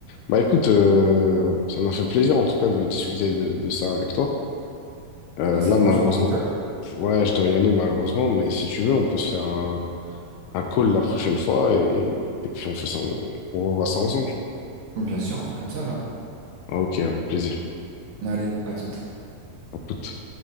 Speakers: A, on the left (about 80°); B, on the right (about 65°).
A: Bah écoute, euh, ça m'a fait plaisir en tout cas de discuter de, de ça avec toi. Euh,
B: Ah, c'est
A: là,
B: bon,
A: malheureusement,
B: tu pars déjà?
A: ouais, je dois y aller malheureusement, mais si tu veux, on peut se faire un, un call la prochaine fois et, et puis on fait ça, on, on revoit ça ensemble.
B: Bien sûr, on fait comme ça alors.
A: Ok, avec plaisir.
B: Allez, à toute.
A: À toute.